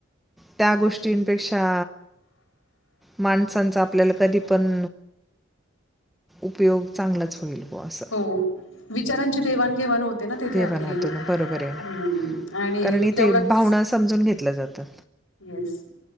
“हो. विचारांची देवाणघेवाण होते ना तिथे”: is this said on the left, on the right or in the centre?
Left